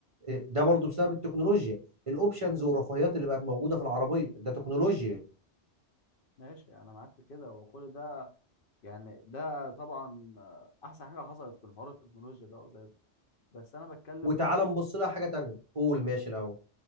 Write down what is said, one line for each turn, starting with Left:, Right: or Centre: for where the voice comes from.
Right: إيه، ده برضو بسبب التكنولوجيا الاوبشنز والرفاهيات اللي بقت موجوده في العربيه ده تكنولوجيا
Left: ماشي انا معاك في كده وكل ده يعني ده طبعا آه، احسن حاجه حصلت من حوار التكنولوجيا ده زي بس انا بتكلم
Right: وتعالى
Left: برضو
Right: نبص لها حاجه تانية قول ماشي الاول